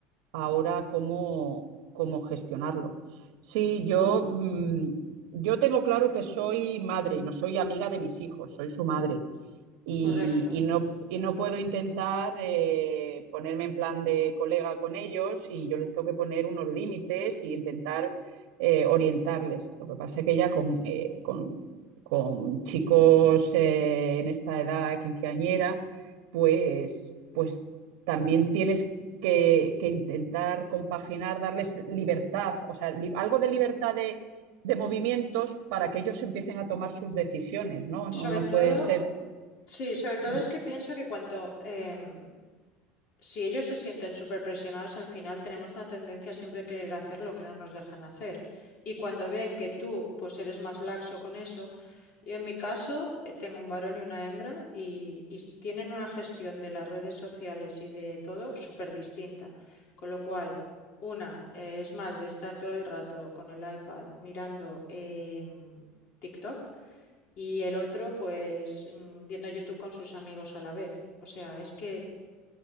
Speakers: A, on the right; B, on the left.
A: ahora cómo, cómo gestionarlo. Sí, yo, mm, yo tengo claro que soy madre, no soy amiga de mis hijos, soy su madre y,
B: Correcto.
A: y no, y no puedo intentar eh, ponerme en plan de colega con ellos y yo les tengo que poner unos límites y intentar eh, orientarles. Lo que pasa es que ya con, eh, con, con chicos eh, en esta edad quinceañera, pues, pues también tienes que, que, intentar compaginar, darles libertad, o sea, li algo de libertad de, de, movimientos para que ellos empiecen a tomar sus decisiones, ¿no?
B: Sobre
A: No, no
B: todo,
A: puede ser.
B: sí, sobre
A: Sí.
B: todo es que pienso que cuanto, em, si ellos se sienten súper presionados, al final tenemos una tendencia a siempre querer hacer lo que no nos dejan hacer. Y cuando ven que tú, pues eres más laxo con eso, yo en mi caso eh, tengo un varón y una hembra y, y tienen una gestión de las redes sociales y de todo súper distinta. Con lo cual, una eh, es más de estar todo el rato con el iPad mirando em, TikTok y el otro, pues mm, viendo YouTube con sus amigos a la vez. O sea, es que